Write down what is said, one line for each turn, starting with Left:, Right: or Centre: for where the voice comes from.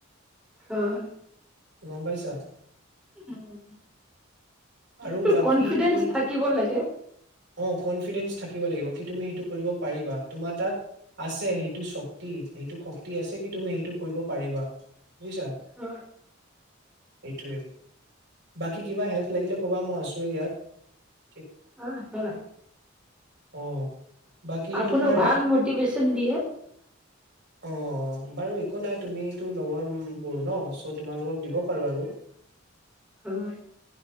Centre: হয়
Right: গম পাইছা
Centre: উম
Right: আৰু
Centre: এইটো
Right: বাকী
Centre: কনফিডেন্স
Right: তুমি
Centre: থাকিব লাগে
Right: অ কনফিডেন্ থাক । শিকিব লাগিব কি তুমি সেইটো কৰিব পাৰিবা তোমাৰ তাত আছে সেইটো শক্তি সেইটো শক্তি আছে কি তুমি সেইটো কৰিব পাৰিবা । বুজিছা।
Centre: হয়
Right: সেইটোৱে বাকী কিবা হেল্প লাগিলে । ক'বা মই আছোৱেই ইয়াত ।
Centre: অ হয়।
Right: অ বাকী
Centre: আপুনি
Right: তোমাৰ
Centre: ভাল মটিভ্যন দিয়ে ।
Right: অ বাৰু একো নাই তুমিতো লগৰবোৰ ন চ' তোমালোকক দিব পাৰোঁ আৰু।
Centre: হয়।